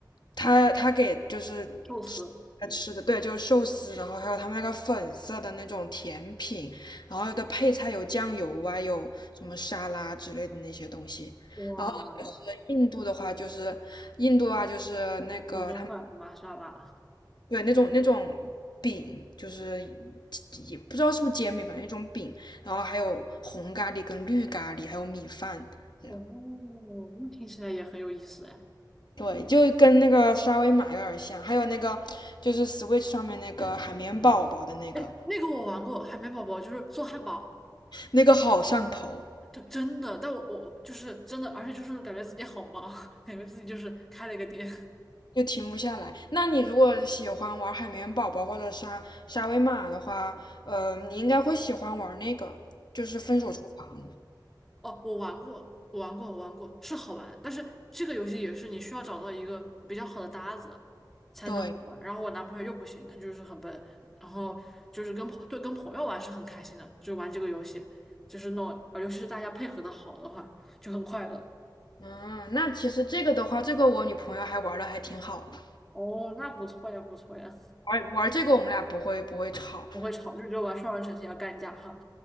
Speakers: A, on the left; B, in the centre.
A: 他他给就是吃吃的，
B: 寿司，
A: 对，就是寿司，然后还有他们那个粉色的那种甜品，然后的配菜有酱油啊，有什么沙拉之类的那些东西。
B: 哇，
A: 然后就是印度的话，就是印度啊，就是那个他们
B: 手抓饭，玛莎拉，
A: 对那种那种饼，就是也不知道是不是煎饼，反正一种饼。然后还有红咖喱跟绿咖喱，还有米饭。这样
B: 哦，那听起来也很有意思哎。
A: 对，就跟那个沙威玛有点像，还有那个就是 Switch 上面那个海绵宝宝的那个，
B: 哎，那个我玩过，海绵宝宝就是做汉堡，
A: 那个好上头。
B: 就真的，但我我就是真的，而且就是感觉自己好忙，<laughs> 感觉自己就是开了一个店。
A: 就停不下来。那你如果喜欢玩海绵宝宝或者沙沙威玛的话，呃，你应该会喜欢玩那个，就是分手厨房。
B: 那个。哦，我玩过，我玩过，我玩过，是好玩，但是这个游戏也是你需要找到一个比较好的搭子才能好玩。
A: 对，
B: 然后我男朋友又不行，他就是很笨，然后就是跟朋对跟朋友玩是很开心的，就是玩这个游戏，就是那种，呃尤其是大家配合的好的话，就很快乐。
A: 嗯，那其实这个的话，这个我女朋友还玩的还挺好的，
B: 哦，那不错呀，不错呀。
A: 玩玩这个我们俩不会不会吵。
B: 不会吵，就只有玩双人成行要干架哈。